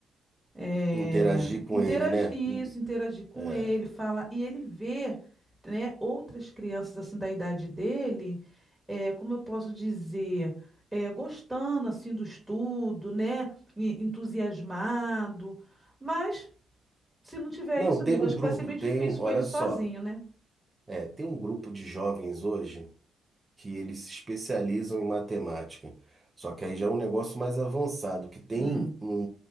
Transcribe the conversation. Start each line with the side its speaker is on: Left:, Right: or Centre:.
Centre: é,
Right: Interagir com
Centre: interagir,
Right: ele, né?
Centre: isso, interagir com
Right: É.
Centre: ele, falar, e ele ver, né, outras crianças, assim, da idade dele, é, como eu posso dizer, é, gostando, assim, do estudo, né, e entusiasmado, mas. Se não tiver
Right: Não,
Centre: isso,
Right: tem
Centre: amigo,
Right: um
Centre: acho
Right: grupo,
Centre: que vai ser meio
Right: tem
Centre: difícil
Right: um, olha
Centre: com ele sozinho,
Right: só,
Centre: né?
Right: é, tem um grupo de jovens hoje que eles se especializam em matemática. Só que aí já é um negócio mais avançado, que tem
Centre: Hum.
Right: um-